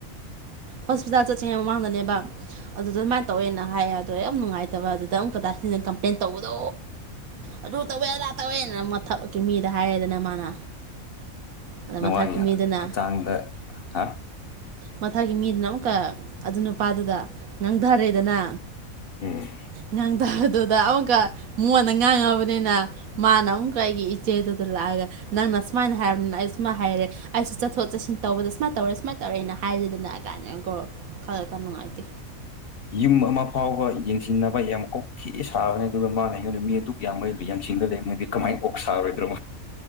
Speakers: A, on the left; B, on the right.
A: ꯎꯝ
B: ꯍꯣꯁꯄꯤꯇꯥꯜ ꯆꯠꯇ꯭ꯔꯤꯉꯩ ꯃꯃꯥꯡꯗꯅꯦꯕ ꯑꯗꯨꯗ ꯑꯗꯨꯃꯥꯏꯅ ꯇꯧꯋꯦꯅ ꯍꯥꯏꯌꯦ ꯑꯗꯣ ꯌꯥꯝ ꯅꯨꯡꯉꯥꯏꯇꯕ ꯑꯗꯨꯗ ꯑꯃꯨꯛꯀ ꯗꯥ ꯁꯤꯖꯤꯟꯅ ꯀꯝꯄ꯭ꯂꯦꯟ ꯇꯧꯕꯗꯣ ꯑꯗꯨ ꯇꯧꯋꯦ ꯑꯗꯥ ꯇꯧꯋꯦꯅ ꯃꯊꯛꯀꯤ ꯃꯤꯗ ꯍꯥꯏꯔꯦꯗꯅ ꯃꯥꯅ ꯑꯗ
A: ꯅꯋꯥꯒꯤ
B: ꯃꯊꯛꯀꯤ ꯃꯤꯗꯨꯅ
A: ꯍꯛꯆꯥꯡꯗ ꯍꯥ
B: ꯃꯊꯥꯒꯤ ꯃꯤꯗꯨꯅ ꯑꯃꯨꯛꯀ ꯑꯗꯨ ꯅꯨꯄꯥꯗꯨꯗ ꯉꯥꯡꯊꯔꯦꯗꯅ
A: ꯎꯝ
B: ꯉꯥꯡꯗꯕꯗꯨꯗ ꯑꯃꯨꯛꯀ ꯃꯣꯟꯗ ꯉꯥꯡꯉꯕꯅꯤꯅ ꯃꯥꯅ ꯑꯃꯨꯛꯀ ꯑꯩꯒꯤ ꯏꯆꯦꯗꯨꯗ ꯂꯥꯛꯑꯒ ꯅꯪꯅ ꯁꯨꯃꯥꯏꯅ ꯍꯥꯏꯔꯕꯅꯤꯅ ꯑꯩ ꯁꯨꯥꯏꯅꯔꯦ ꯑꯩꯁꯨ ꯆꯠꯊꯣꯛ ꯆꯠꯁꯤꯟ ꯇꯧꯕꯗ ꯁꯨꯥꯏꯅ ꯇꯧꯔꯦ ꯁꯨꯃꯥꯏꯅ ꯇꯧꯔꯦ ꯍꯥꯏꯔꯤꯗꯅ ꯀꯥꯏꯅꯀꯣ ꯈꯜꯂ ꯈꯔ ꯅꯨꯡꯉꯥꯏꯇꯦ
A: ꯌꯨꯝ ꯑꯃ ꯐꯥꯎꯕ ꯌꯦꯡꯁꯤꯟꯅꯕ ꯌꯥꯝ ꯀꯣꯛꯊꯤ ꯁꯥꯕꯅꯤ ꯑꯗꯨꯒ ꯃꯥꯅ ꯑꯩꯉꯣꯟꯗ ꯃꯤ ꯑꯗꯨꯛ ꯌꯥꯝꯕ ꯌꯦꯡꯁꯤꯟꯂ ꯂꯩꯕꯅꯤꯗꯤ ꯀꯃꯥꯏꯅ ꯑꯣꯛ ꯁꯥꯔꯣꯏꯗ꯭ꯔꯣ